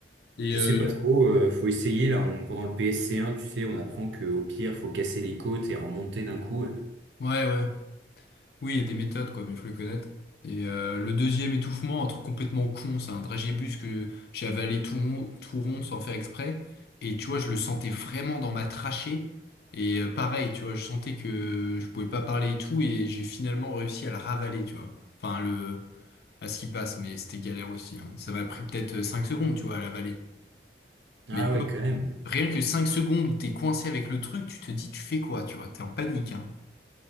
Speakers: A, on the left; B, on the right.
A: Et
B: Je
A: euh,
B: sais pas trop, euh, faut essayer là, on- pendant le PSC1, tu sais, on apprend que au pire, faut casser les côtes et remonter d'un coup.
A: ouais, ouais. Oui, il y a des méthodes, quoi, mais il faut les connaître. Et euh, le deuxième étouffement, un truc complètement con, c'est un dragébus que j'ai avalé tout rond, tout rond sans faire exprès. Et tu vois, je le sentais vraiment dans ma trachée. Et euh, pareil, tu vois, je sentais que je pouvais pas parler et tout, et j'ai finalement réussi à le ravaler, tu vois. Enfin, le, à ce qui passe, mais c'était galère aussi. hein. Ça m'a pris peut-être euh, 5 secondes, tu vois, à la vallée.
B: Ah
A: Mais toi,
B: ouais, quand même.
A: rien que 5 secondes où t'es coincé avec le truc, tu te dis, tu fais quoi, tu vois, t'es en panique, hein.